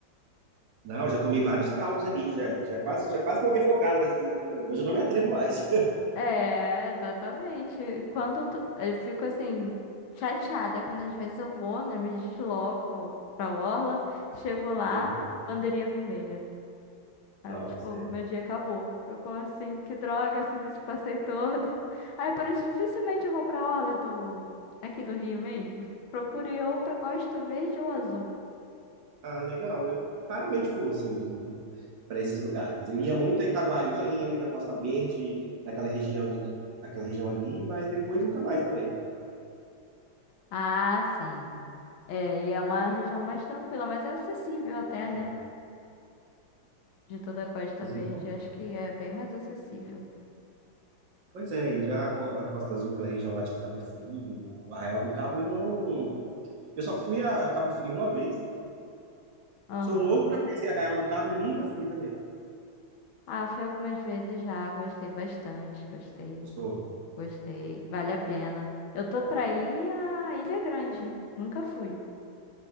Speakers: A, on the right (about 70°); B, on the left (about 85°).
A: Não, já tomei vários caldos ali, já, já quase, já quase morri afogado nessa. Hoje eu não me atrevo mais. <laughs>
B: É, exatamente. Quando eu, tô- eu fico assim, chateada quando às vezes eu vou, né? Me desloco pra orla, chego lá,
A: Uhum.
B: bandeirinha vermelha. Aí
A: Nossa,
B: eu, tipo,
A: é.
B: meu dia acabou. Eu como assim, que droga, fiz esse passeio todo. Aí por isso dificilmente eu vou pra orla do, aqui do Rio mesmo. Procuro ir ou pra Costa Verde ou Azul.
A: Ah, legal. Eu raramente vou assim para esses lugares. Eu ia muito a Itaguaí, aí ali na Costa Verde, naquela região de, aquela região ali, mas depois nunca mais também.
B: Ah, sim. É, e é uma região mais tranquila, mas é acessível até,
A: É,
B: né? de toda a Costa
A: mas
B: Verde,
A: eu- bom,
B: acho que é bem mais acessível.
A: pois é, e já a Co- a Costa Azul, aquela região lá de Cabo Frio, Arraial do Cabo, eu não, eu só fui a Cabo Frio uma vez.
B: Aham.
A: Sou louco para conhecer Arraial do Cabo e nunca fui também.
B: Ah, fui algumas vezes já, gostei bastante, gostei,
A: Gostou?
B: gostei, vale a pena. Eu tô pra ir à Ilha Grande, nunca fui.